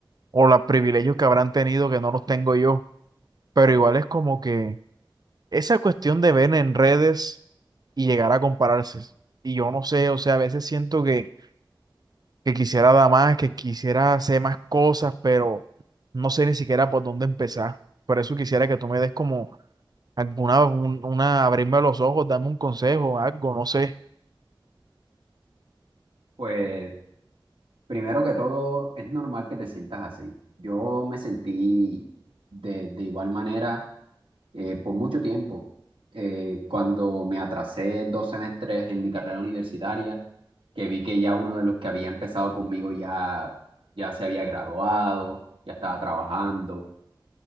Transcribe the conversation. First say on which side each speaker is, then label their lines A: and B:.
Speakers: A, on the right; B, on the right.
A: o los privilegios que habrán tenido que no los tengo yo, pero igual es como que esa cuestión de ver en redes y llegar a compararse. Y yo no sé, o sea, a veces siento que, que quisiera dar más, que quisiera hacer más cosas, pero no sé ni siquiera por dónde empezar. Por eso quisiera que tú me des como alguna, un- una, abrirme los ojos, darme un consejo, algo, no sé.
B: Pues primero que todo, es normal que te sientas así. Yo me sentí de, de igual manera eh, por mucho tiempo. Eh, cuando me atrasé dos semestres en mi carrera universitaria, que vi que ya uno de los que había empezado conmigo ya, ya se había graduado, ya estaba trabajando.